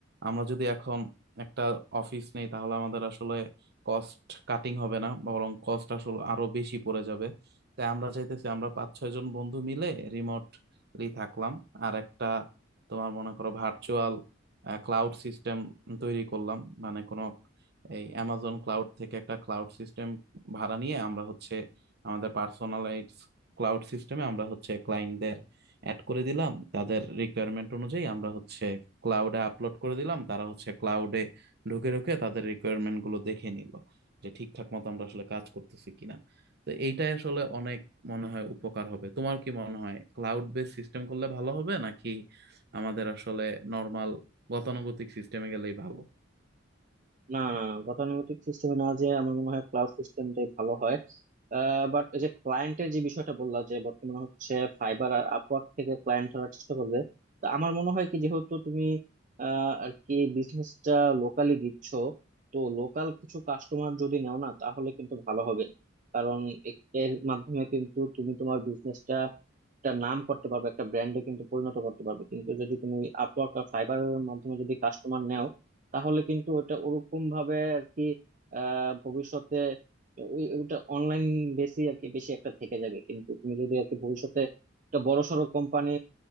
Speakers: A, on the right; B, on the right.
A: আমরা যদি এখন একটা অফিস নেই তাহলে আমাদের আসলে কস্ট কাটিং হবে না বরং কস্ট আসলে আরো বেশি পড়ে যাবে তাই আমরা চাইতেছি আমরা পাঁচ ছয় জন বন্ধু মিলে রিমোটলি থাকলাম আর একটা তোমার মনে করো ভার্চুয়াল ক্লাউড সিস্টেম তৈরি করলাম মানে কোনো এই অ্যামাজন ক্লাউড থেকে একটা ক্লাউড সিস্টেম ভাড়া নিয়ে আমরা হচ্ছে আমাদের পার্সোনালাইজ ক্লাউড সিস্টেমে আমরা হচ্ছে ক্লায়েন্টদের অ্যাড করে দিলাম তাদের রিকোয়ারমেন্ট অনুযায়ী আমরা হচ্ছে ক্লাউডে আপলোড করে দিলাম তারা হচ্ছে ক্লাউডে ঢুকে ঢুকে তাদের রিকোয়ারমেন্ট গুলো দেখে নিল যে ঠিকঠাক মতো আমরা আসলে কাজ করতেছি কিনা তো এইটাই আসলে অনেক মনে হয় উপকার হবে তোমার কি মনে হয় ক্লাউড বেস সিস্টেম করলে ভালো হবে নাকি আমাদের আসলে নর্মাল গতানুগতিক সিস্টেমে গেলেই ভালো
B: না না না গতানুগতিক সিস্টেমে না যে আমার মনে হয় ক্লাউড সিস্টেমটাই ভালো হয় বাট যে ক্লায়েন্টের যে বিষয়টা বললা যে বর্তমানে হচ্ছে ফাইবার আর আপওয়ার্ক থেকে ক্লায়েন্ট ধরার চেষ্টা করবে তো আমার মনে হয় কি যেহেতু তুমি আহ, আর কি বিজনেসটা লোকালি দিচ্ছ তো লোকাল কিছু কাস্টমার যদি নেও না তাহলে কিন্তু ভালো হবে কারণ এ- এর মাধ্যমে কিন্তু তুমি তোমার বিজনেসটা একটা নাম করতে পারবে একটা ব্র্যান্ডে কিন্তু পরিণত করতে পারবে কিন্তু যদি তুমি আপওয়ার্ক আর ফাইবারের মাধ্যমে যদি কাস্টমার নেও তাহলে কিন্তু ওটা ওরকম ভাবে আর কি আহ ভবিষ্যতে ওই ওটা অনলাইন বেশি আর কি বেশি একটা থেকে যাবে কিন্তু তুমি যদি আর কি ভবিষ্যতে একটা বড়সড় কোম্পানি